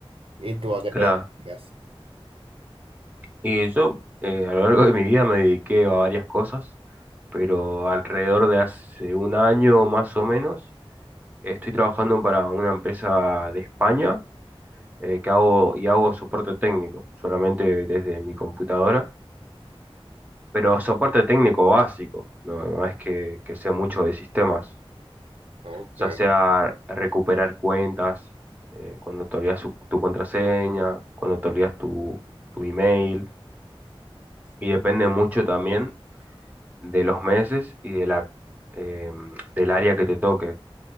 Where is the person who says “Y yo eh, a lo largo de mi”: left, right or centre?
Right